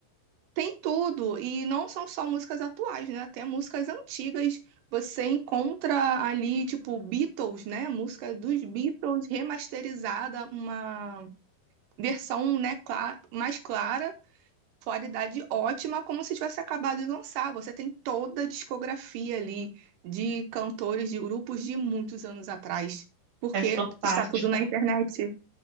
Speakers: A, on the right; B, on the right.
A: Tem tudo, e não são só músicas atuais, né? Até músicas antigas você encontra ali, tipo, Beatles, né? Música dos Beatles remasterizada, uma versão, né, cla- mais clara, qualidade ótima, como se tivesse acabado de lançar. Você tem toda a discografia ali de cantores, de grupos de muitos anos atrás, porque
B: É fantástico,
A: está tudo na internet.
B: né?